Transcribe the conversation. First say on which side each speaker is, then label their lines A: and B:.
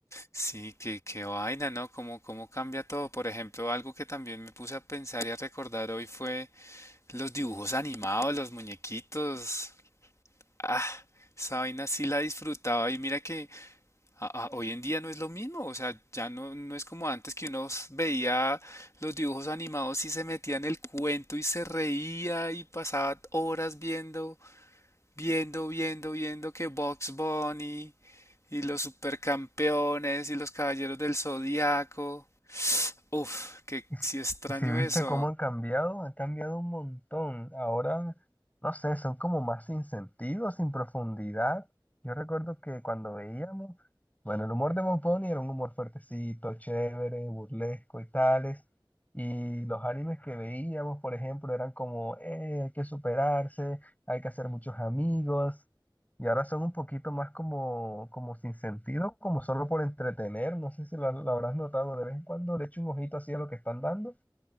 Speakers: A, on the left (about 35°); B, on the left (about 20°).
A: Sí, qué, qué vaina, ¿no? ¿Cómo, cómo cambia todo? Por ejemplo, algo que también me puse a pensar y a recordar hoy fue los dibujos animados, los muñequitos. Ah, esa vaina sí la disfrutaba y mira que a- a- hoy en día no es lo mismo, o sea, ya no, no es como antes que uno s- veía los dibujos animados y se metía en el cuento y se reía y pasaba horas viendo, viendo, viendo, viendo que Bugs Bunny y los supercampeones y los caballeros del Zodiaco. Uf, que
B: Y, s-
A: sí extraño
B: y si viste
A: eso.
B: cómo han cambiado, han cambiado un montón. Ahora, no sé, son como más sin sentido, sin profundidad. Yo recuerdo que cuando veíamos, bueno, el humor de Bob Bunny era un humor fuertecito, chévere, burlesco y tales. Y los animes que veíamos, por ejemplo, eran como, eh, hay que superarse, hay que hacer muchos amigos. Y ahora son un poquito más como, como sin sentido, como solo por entretener. No sé si lo, lo habrás notado. De vez en cuando le echo un ojito así a lo que están dando